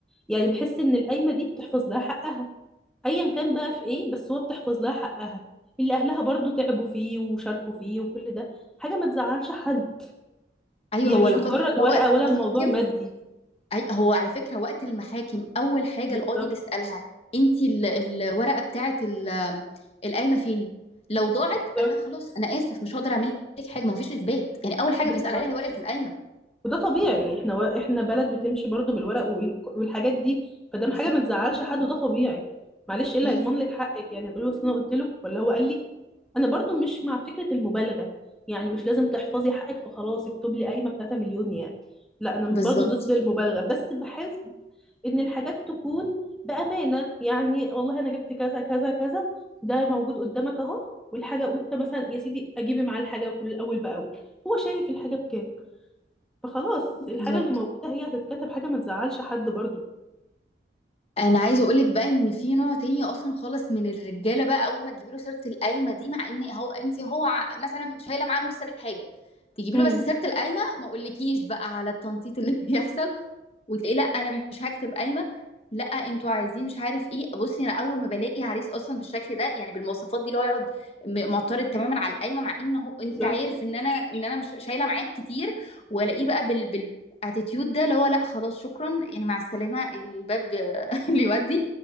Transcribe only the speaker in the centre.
يعني بحس ان القايمه دي بتحفظ لها حقها ايا كان بقى في ايه بس هو بتحفظ لها حقها اللي اهلها برضو تعبوا فيه وشاركوا فيه وكل ده حاجه ما تزعلش حد
هي
مش
مجرد
ورقه
ولا الموضوع مادي
بالظبط
بالظبط
بالظبط
وده طبيعي احنا و... احنا بلد بتمشي برضو بالورق وال... والحاجات دي فده
حاجه ما تزعلش حد وده طبيعي معلش ايه اللي
هيضمن لك حقك يعني هتقولي اصل انا قلت له ولا هو قال لي انا برضو مش مع فكره المبالغه يعني مش لازم تحفظي حقك فخلاص اكتب لي قايمه ب 3 مليون يعني لا انا برضو
ضد المبالغه بس بحس ان الحاجات تكون بامانه يعني والله انا جبت كذا كذا كذا ده موجود قدامك اهو والحاجه انت مثلا يا سيدي اجيبي معاه الحاجه كل اول باول هو شايف الحاجه بكام فخلاص الحاجة
اللي موجودة هي هتتكتب حاجة ما تزعلش حد برضو
امم
بالظبط